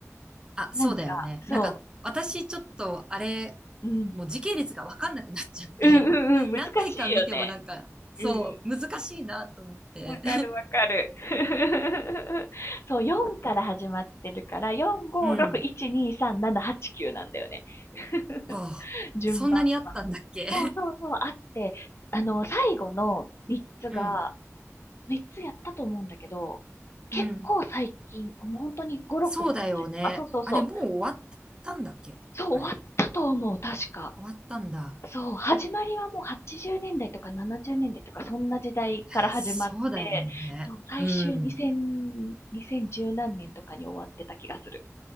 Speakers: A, on the right; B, on the left.
A: あ、そうだよね。
B: なんか、そ
A: なんか私ちょっとあれ、
B: う。うん。
A: もう時系列がわかんなくなっちゃって、
B: うんうんうん、
A: <laughs>
B: 難しいよね。
A: 何回か見てもなんか、そう、
B: うんうん。
A: 難しいなと思って。
B: わかるわかる。<laughs> そう、4から始まってるから、4、5、
A: <laughs> うん。
B: 6、1、2、3、7、8、9なんだよね。<laughs>
A: <laughs> わあ、
B: 順番は。
A: そんなにあったんだっけ
B: そうそうそう、あって、あの、最後の3つが、
A: <laughs> うん。
B: 3つやったと思うんだけど、結構最近、
A: うん。
B: もう本当に5、6年前とか、
A: そうだよね。
B: そうそうそう、
A: あれ、もう終わったんだっけあれ。
B: そう終わったと思う、確か。
A: 終わったんだ。
B: そう、始まりはもう80年代とか70年代とか、そんな時代から始まって、
A: いや、そうだよね。
B: そう、最終2000、
A: うん。
B: 2010何年とかに終わってた気がする。